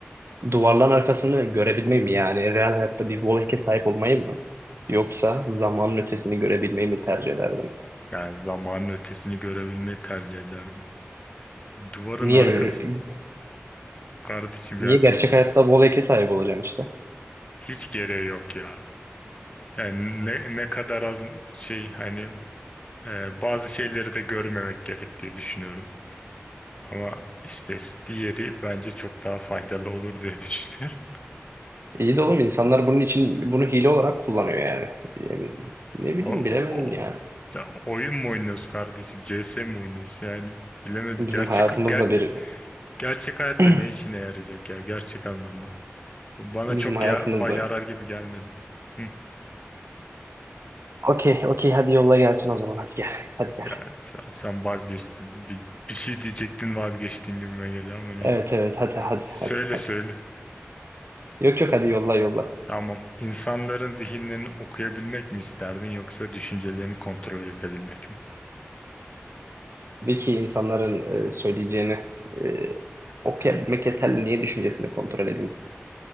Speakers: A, on the right; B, on the left.
A: Ee, Duvarların arkasını görebilmeyi mi yani? Real hayatta bir Wallhack'e sahip olmayı mı? Yoksa zamanın ötesini görebilmeyi mi tercih ederdin?
B: yani zamanın ötesini görebilmeyi tercih ederdim. Duvarın
A: Niye
B: arkası kardeşim
A: niye
B: ya
A: gerçek
B: du
A: hayatta Wallhack'e sahip olacaksın işte?
B: hiç gereği yok ya. Yani ne, ne kadar az şey hani e, bazı şeyleri de görmemek gerek diye düşünüyorum. Ama işte diğeri bence çok daha faydalı olur diye <laughs> düşünüyorum.
A: İyi de oğlum insanlar bunun için bunu hile olarak kullanıyor yani. Yani Ne bileyim
B: O,
A: bilemedim
B: o,
A: yani.
B: ya oyun mu oynuyoruz kardeşim? CS mi oynuyoruz? Yani bilemedim.
A: Bizim
B: Gerçek,
A: hayatımızda
B: ger,
A: bir
B: gerçek hayatta
A: <clears throat>
B: ne işine yarayacak ya gerçek anlamda? Bu Bana
A: bizim
B: çok
A: hayatımızda.
B: ya, fa- yarar gibi gelmedi. Hı.
A: Okey, okey hadi yolla gelsin o zaman hadi gel. Hadi
B: Ya
A: gel.
B: sen, sen vazgeçtin. Bir, bir şey diyecektin vazgeçtin gibime geliyor ama neyse.
A: Evet evet hadi hadi
B: Söyle
A: hadi hadi.
B: söyle.
A: Yok yok hadi yolla yolla.
B: Tamam. İnsanların zihinlerini okuyabilmek mi isterdin yoksa düşüncelerini kontrol edebilmek mi?
A: Tabii insanların e, söyleyeceğini e, okuyabilmek yeterli. Niye düşüncesini kontrol edin?